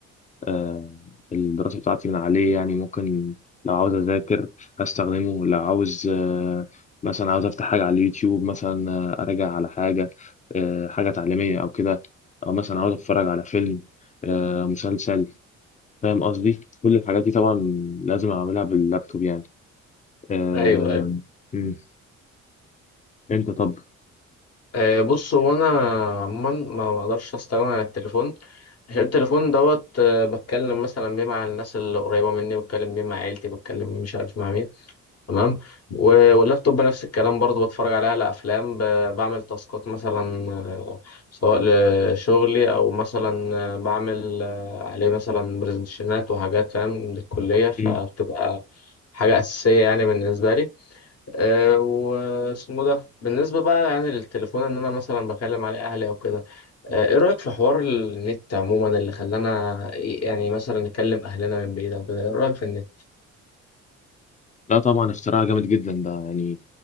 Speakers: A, on the left; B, on the left.
A: آه، الدراسة بتاعتي من عليه يعني ممكن لو عاوز أذاكر أستخدمه لو عاوز آه، مثلا عاوز أفتح حاجة على اليوتيوب مثلا آه، أراجع على حاجة آه، حاجة تعليمية أو كده أو مثلا عاوز أتفرج على فيلم آه، مسلسل فاهم قصدي كل الحاجات دي طبعا لازم أعملها باللابتوب يعني آه،
B: أيوه أيوه
A: مم. أنت طب
B: آه، بص هو أنا عموما ما بقدرش أستغنى عن التليفون عشان التليفون دوت آه، بتكلم مثلا بيه مع الناس اللي قريبة مني بتكلم بيه مع عيلتي بتكلم مش عارف مع مين تمام و- واللابتوب نفس الكلام برضو بتفرج عليه على افلام ب- بعمل تاسكات مثلا آه، سواء لشغلي او مثلا آه، بعمل آه، عليه مثلا برزنتيشنات وحاجات فاهم للكليه فبتبقى
A: مم.
B: حاجه اساسيه يعني بالنسبه لي آه، واسمه ده بالنسبه بقى يعني للتليفون ان انا مثلا بكلم عليه اهلي او كده آه، ايه رايك في حوار النت عموما اللي خلانا يعني مثلا نكلم اهلنا من بعيد او كده ايه رايك في النت
A: لا طبعا اختراع جامد جدا ده يعني